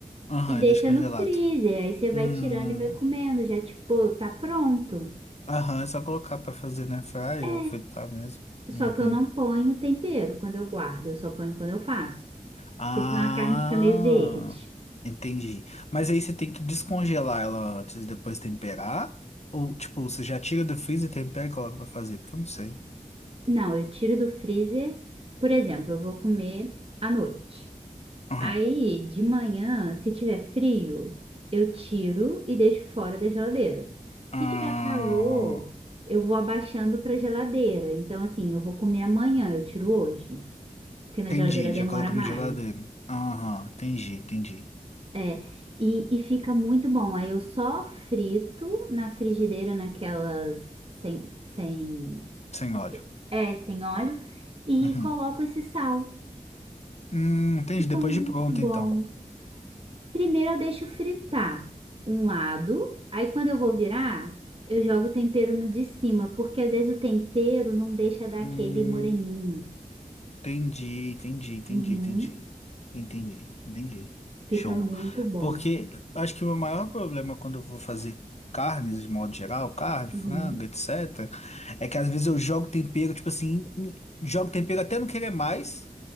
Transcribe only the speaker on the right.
E deixa
no freezer. Aí você vai
tirando e vai comendo, já tipo, tá pronto.
É,
só que eu não ponho tempero quando eu guardo, eu só ponho quando eu faço.
Porque senão a carne fica meio verde.
Não, eu tiro do freezer. Por exemplo, eu vou comer à noite.
Aí, de manhã, se tiver frio, eu tiro e deixo fora da geladeira.
Se tiver calor, eu vou abaixando para geladeira. Então, assim, eu vou comer amanhã, eu tiro hoje, porque na
geladeira demora
mais.
É, e, e fica muito bom. Aí eu só frito na frigideira, naquelas sem, sem,
é, sem óleo, e
coloco esse sal.
Fica
muito
bom.
Primeiro eu deixo fritar um lado, aí quando eu vou virar, eu jogo o tempero no de cima, porque às vezes o tempero não deixa dar
aquele moreninho.
Uhum.
Fica
muito bom.
Uhum.